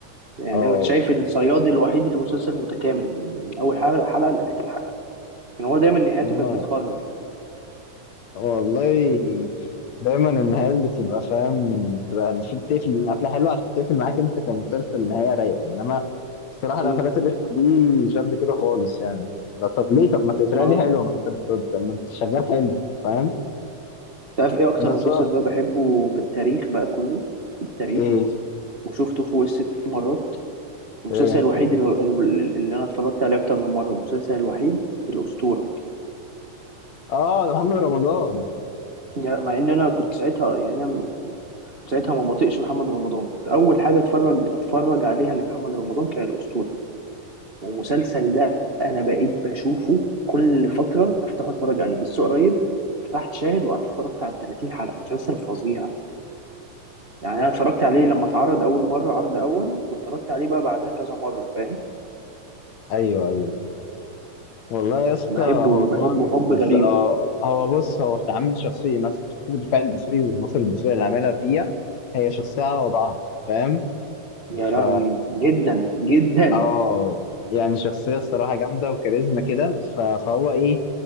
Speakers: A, on the right; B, on the left.
A: يعني
B: اه
A: أنا كنت شايف الصياد الوحيد اللي مسلسل متكامل من أول حلقة حلقة لآخر حلقة كان هو دايما نهايته
B: انما
A: كانت بتخرف
B: والله دايما النهايات بتبقى فاهم بتبقى المفروض تقفل من قفله حلوه عشان تقفل معاك انت كمسلسل نهايه رايقه انما الصراحه القفلات
A: م.
B: الرخمه دي مش قد كده خالص يعني لا طب ليه طب ما تقفلها
A: اه
B: لي حلوه ما انت بت- ما انت شغال حلو فاهم
A: تعرف ايه اكتر
B: بس
A: مسلسل
B: هو-
A: بقى بحبه في التاريخ بقى كله في التاريخ
B: ايه
A: وشفته فوق الست مرات المسلسل
B: ايه
A: الوحيد اللي, اللي انا اتفرجت عليه اكتر من مره المسلسل الوحيد الاسطوره
B: اه ده محمد رمضان
A: يعني مع ان انا كنت ساعتها يعني انا كنت ساعتها ما بطيقش محمد رمضان اول حاجه اتفرج اتفرج عليها لمحمد رمضان كان الاسطوره والمسلسل ده انا بقيت بشوفه كل فتره افتح اتفرج عليه لسه قريب فتحت شاهد وقعدت اتفرجت على 30 حلقه مسلسل فظيع يعني انا اتفرجت عليه لما اتعرض اول مره عرض اول واتفرجت عليه بقى بعدها كذا مره فاهم
B: ايوه ايوه والله يا اسطى
A: بحبه
B: هو طبعا
A: بحبه
B: مس-
A: حب غريب
B: آه، هو بص هو عامل شخصيه مثلا شخصيه دفاع الدسوقي والمصري الدسوقي اللي عاملها فيها هي شخصيه على وضعها فاهم
A: يا
B: ف
A: لهوي جدا جدا
B: اه يعني شخصية الصراحة جامدة وكاريزما كده ف... فهو ايه